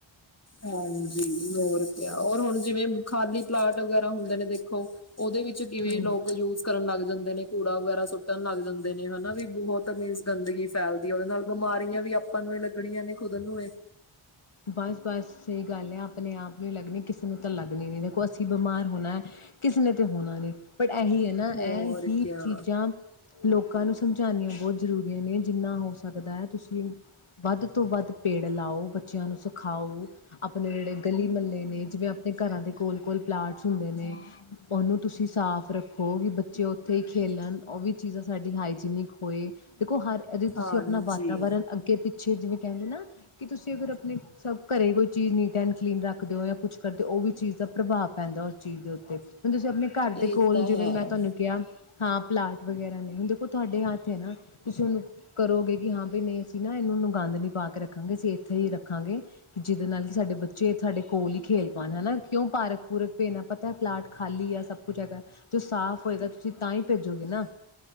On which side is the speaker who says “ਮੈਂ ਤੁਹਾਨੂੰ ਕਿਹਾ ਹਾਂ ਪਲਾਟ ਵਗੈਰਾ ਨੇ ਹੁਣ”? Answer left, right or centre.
Left